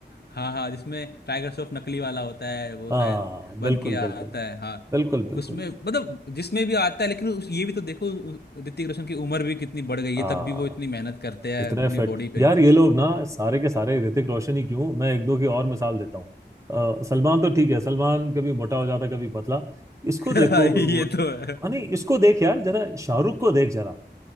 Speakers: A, on the left; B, on the right.
A: हाँ हाँ जिसमें टाइगर श्रॉफ नकली वाला होता है वो
B: हाँ
A: शायद
B: बिल्कुल
A: बन के आता
B: बिल्कुल
A: है हाँ
B: बिल्कुल बिल्कुल
A: उसमें मतलब जिसमें भी आता है लेकिन उस ये भी तो देखो उ- ऋतिक रोशन की उम्र भी कितनी बढ़ गई
B: आ,
A: है तब भी वो इतनी मेहनत करते हैं
B: इतने
A: अपनी
B: फिट
A: बॉडी पे
B: यार ये लोग ना सारे के सारे ऋतिक रोशन ही क्यों मैं एक दो की और मिसाल देता हूँ अ, सलमान तो ठीक है सलमान कभी मोटा हो जाता कभी पतला इसको
A: <laughs>
B: देखो
A: ये तो है
B: हाँ, नहीं इसको देख यार जरा शाहरुख को देख जरा